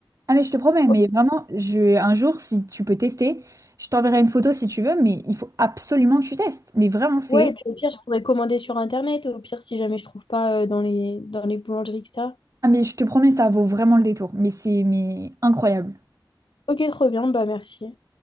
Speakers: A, on the right (about 40°); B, on the left (about 85°).
A: Ah mais je te promets,
B: Oh,
A: mais vraiment, je, un jour, si tu peux tester, je t'enverrai une photo si tu veux, mais il faut absolument que tu testes. Mais vraiment, c'est...
B: Ouais, et puis au pire, je pourrais commander sur Internet, au pire, si jamais je trouve pas euh, dans les, dans les boulangeries, etc.
A: Ah mais je te promets, ça vaut vraiment le détour. Mais c'est mais incroyable.
B: Ok, trop bien, bah merci.